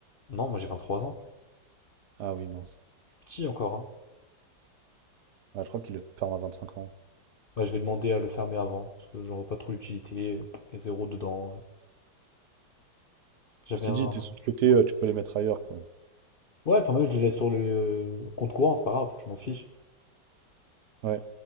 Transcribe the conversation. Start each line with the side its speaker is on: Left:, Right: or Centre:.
Left: Non, moi j'ai 23 ans.
Right: Ah oui, mince.
Left: Je suis Petit encore, hein.
Right: Ah, je crois qu'ils le ferment à cinq ans.
Left: Bah, je vais demander à le fermer avant, parce que j'en vois pas trop l'utilité. euh, pff, Il y a zéro dedans. euh. J'avais
Right: Je t'ai
Left: un.
Right: dit, t'es sous côté, euh, tu peux les mettre ailleurs, quoi.
Left: Ouais, enfin même je les laisse sur le euh, compte courant, c'est pas grave, je m'en fiche.
Right: Ouais,